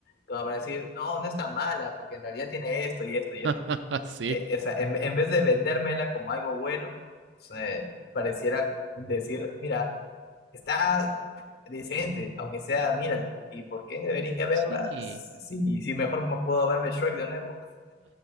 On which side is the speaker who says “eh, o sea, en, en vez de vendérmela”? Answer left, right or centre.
Left